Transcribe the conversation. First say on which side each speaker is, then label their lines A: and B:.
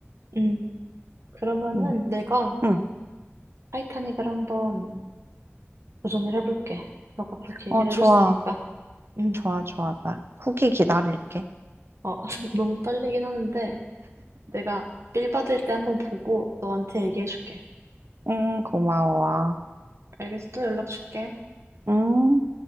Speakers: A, on the right (about 80°); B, on the right (about 60°).
A: 음, 그러면은
B: 응,
A: 내가
B: 응.
A: 타이타닉을 한번 도전을 해볼게. 너가 그렇게
B: 어,
A: 얘기를
B: 좋아,
A: 해줬으니까. 음,
B: 좋아, 좋아. 나 후기 기다릴게.
A: 어, <laughs> 너무 떨리긴 하는데. 내가 빌 받을 때 한번 보고 너한테 얘기해줄게.
B: 응, 고마워.
A: 알겠어? 또 연락 줄게.
B: 음.